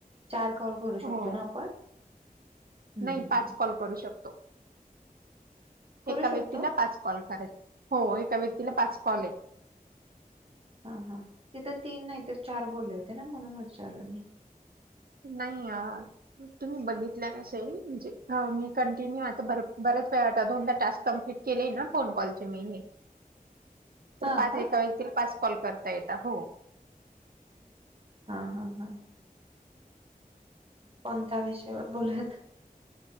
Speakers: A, on the right (about 40°); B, on the right (about 75°).
A: चार कॉल करू
B: हो.
A: शकतो ना? आपण. हम्म
B: नाही,
A: हम्म
B: पाच
A: हम्म.
B: कॉल करू शकतो.
A: करू
B: एका
A: शकतो
B: व्यक्तीला पाच कॉल करायच. हो, एका व्यक्तीला पाच कॉल आहे.
A: हा हा तिथं तीन नाही तर, चार बोलले होते ना, म्हणून विचारलं मी.
B: नाही अ तुम्ही बघितल्या नसेल जी ह मी कंटिन्यू आता बर बरेच वेळा, आता दोनदा टास्क कम्प्लीट केले ना, फोन कॉलचे मी.
A: हा
B: तर पाच.
A: का
B: एका व्यक्ती पाच कॉल करता येत. हो.
A: हा हा हा. कोणत्या विषयावर बोलुयात